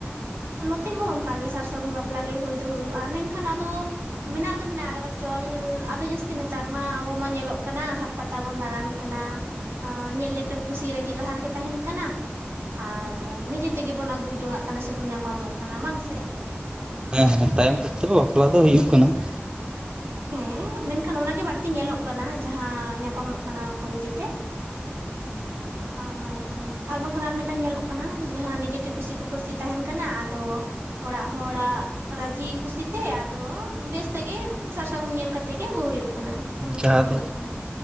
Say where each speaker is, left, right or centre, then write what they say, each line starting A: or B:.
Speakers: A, on the right; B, on the right.
A: ᱱᱚᱛᱮ ᱦᱚᱸ ᱚᱱᱠᱟᱜᱮ ᱥᱟᱨᱼᱥᱟᱹᱜᱩᱱ ᱵᱟᱯᱞᱟ ᱜᱮ ᱦᱩᱭ ᱫᱚ ᱦᱩᱭᱩᱜᱼᱟ ᱢᱮᱱᱠᱷᱟᱱ ᱟᱫᱚ ᱢᱮᱱᱟᱜ ᱫᱚ ᱢᱮᱱᱟᱜ ᱟᱠᱟᱫᱟ ᱪᱚᱞ ᱟᱫᱚ ᱡᱟᱹᱥᱛᱤ ᱱᱮᱛᱟᱨ ᱢᱟ ᱟᱵᱚ ᱢᱟ ᱧᱮᱞᱚᱜ ᱠᱟᱱᱟ ᱦᱟᱴ ᱯᱟᱛ ᱛᱟᱵᱚᱱ ᱫᱟᱬᱟᱱ ᱠᱟᱱᱟ, ᱚᱸ ᱧᱮᱞ ᱧᱮᱯᱮᱞ ᱠᱩᱥᱤ ᱨᱟᱹᱡᱤ ᱞᱟᱦᱟ ᱨᱮᱜᱮ ᱛᱟᱦᱮᱱ ᱠᱟᱱᱟ ᱾ ᱟᱨ ᱱᱤᱡᱮ ᱛᱮᱜᱮ ᱵᱚᱱ ᱟᱹᱜᱩ ᱡᱚᱝ-ᱟᱜ ᱠᱟᱱᱟ ᱥᱮᱵᱚᱱ ᱧᱟᱯᱟᱢᱚᱜ ᱠᱟᱱᱟ ᱵᱟᱝ ᱥᱮ?
B: ᱦᱮᱸ ᱦᱮᱸ
A: ᱟᱫᱚ
B: ᱛᱟᱭᱚᱢ ᱥᱮᱫ ᱛᱮᱵᱚ ᱵᱟᱯᱞᱟ ᱫᱚ ᱦᱩᱭᱩᱜ ᱠᱟᱱᱟ ᱾
A: ᱦᱮᱸ ᱢᱮᱱᱠᱷᱟᱱ ᱚᱱᱟᱜᱮ ᱵᱟᱹᱲᱛᱤ ᱧᱮᱞᱚᱜ ᱠᱟᱱᱟ ᱡᱟᱦᱟᱸ ᱧᱟᱯᱟᱢᱚᱜ ᱠᱟᱱᱟ ᱠᱚ ᱱᱤᱡᱮ ᱛᱮ ᱾ ᱟᱨ, ᱟᱨᱵᱟᱝᱠᱷᱟᱱ ᱟᱨ ᱢᱮᱫᱴᱟᱝ ᱧᱮᱞᱚᱜ ᱠᱟᱱᱟ ᱡᱟᱦᱟᱸ ᱱᱤᱡᱮᱛᱮ ᱠᱩᱥᱤ ᱠᱩᱯᱟᱹᱥᱤ ᱛᱟᱦᱮᱱ ᱠᱟᱱᱟ ᱟᱫᱚ ᱚᱲᱟᱜ ᱦᱚᱲᱟᱜ ᱨᱟᱹᱡᱤ ᱠᱩᱥᱤ ᱛᱮ ᱟᱫᱚ ᱵᱮᱥ ᱛᱮᱜᱮ ᱥᱟᱨᱼ ᱥᱟᱹᱜᱩᱱ ᱧᱮᱞ ᱠᱟᱛᱮᱜ ᱜᱮ ᱟᱹᱜᱩ ᱦᱩᱭᱩᱜ ᱠᱟᱱᱟ ᱚᱱᱠᱟ
B: ᱡᱟᱦᱟᱸ
A: ᱦᱚᱸ ᱧᱮᱞᱚᱜ
B: ᱫᱚ
A: ᱠᱟᱱᱟ ᱾